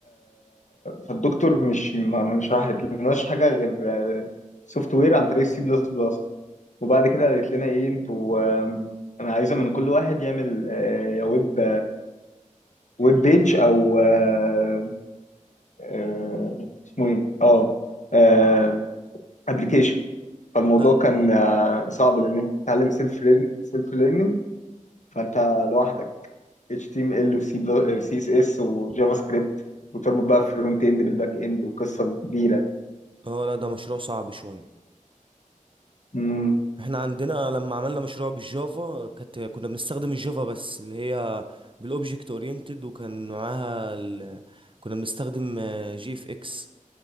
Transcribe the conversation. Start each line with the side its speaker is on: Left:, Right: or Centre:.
Left: فالدكتور مش ما ما شرحت لناش حاجه غير سوفت وير عن طريق السي بلس بلس وبعد كده قالت لنا ايه انتوا آه، انا عايزه من كل واحد يعمل آه، يا ويب ويب بيج او آه، آه، اسمه ايه اه آه، ابلكيشن فالموضوع
Right: لا
Left: كان آه، صعب لان انت بتتعلم سيلف سيلف ليرنينج فانت لوحدك HTML و C و CSS وجافا سكريبت وتربط بقى فرونت اند بالباك اند وقصه كبيره
Right: اه لا ده مشروع صعب شوية
Left: امم
Right: احنا عندنا لما عملنا مشروع بالجافا كانت كنا بنستخدم الجافا بس اللي هي بالاوبجكت اورينتد وكان معاها ال... كنا بنستخدم جي اف اكس